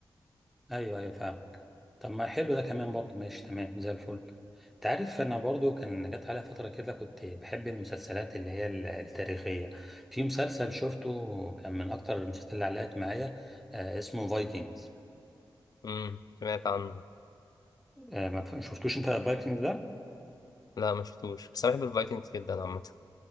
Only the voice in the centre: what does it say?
ايوه ايوه فاهمك طب ما حلو ده كمان برضو ماشي تمام زي الفل انت عارف انا برضو كان جت عليا فتره كده كنت بحب المسلسلات اللي هي ال- التاريخيه في مسلسل شفته كان من اكتر المسلسلات اللي علقت معايا آه اسمه فايكنجز
آه ما شفتوش انت فايكنجز